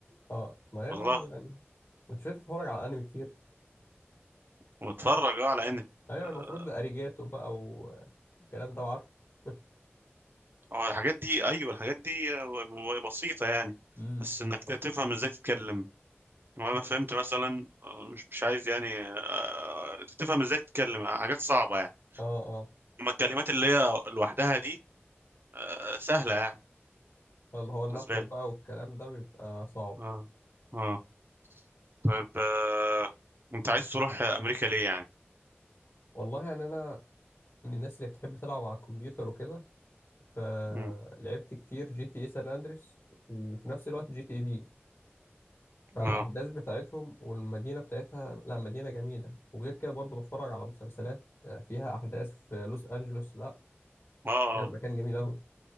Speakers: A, on the left; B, on the right.
A: اه ما هي
B: والله
A: برضه يعني مش بتتفرج على انمي كتير
B: واتفرج اه على انمي
A: ايوه يعني
B: آه،
A: المفروض ده اريجاتو بقى والكلام ده عارفه <laughs>
B: اه الحاجات دي ايوه الحاجات دي آه، بسيطة يعني
A: امم
B: بس انك تفهم ازاي تتكلم وانا فهمت مثلا آه، مش مش عايز يعني آه، تفهم ازاي تتكلم حاجات صعبة يعني
A: اه اه
B: اما الكلمات اللي هي لوحدها دي آه، سهلة يعني
A: اللي هو النحو
B: بالنسبة لي
A: بقى والكلام ده بيبقى صعب
B: اه اه طيب آه، انت عايز تروح امريكا ليه يعني
A: والله يعني انا من الناس اللي بتحب تلعب على الكمبيوتر وكده فلعبت
B: مم.
A: كتير جي تي اي سان اندريس وفي نفس الوقت جي تي اي في فالأحداث
B: اه
A: بتاعتهم والمدينة بتاعتها لا مدينة جميلة وغير كده برضو بتفرج على مسلسلات آه، فيها أحداث في لوس أنجلوس لا
B: اه آه.
A: كان- مكان جميل أوي